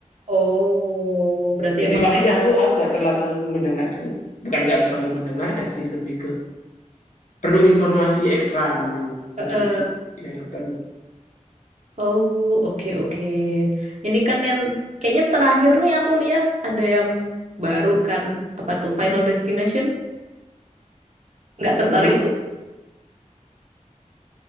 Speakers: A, on the right; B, on the left.
A: oh berarti
B: jadi
A: emang
B: makanya aku aku nggak terlalu mendengarkan bukan nggak terlalu mendengarkan sih lebih ke perlu informasi ekstra dulu
A: Heeh.
B: untuk untuk ya nonton gitu
A: Oh, oke oke. Ini kan yang kayaknya terakhir nih aku lihat ada yang baru kan apa tuh Final Destination? Nggak tertarik
B: mm
A: tuh.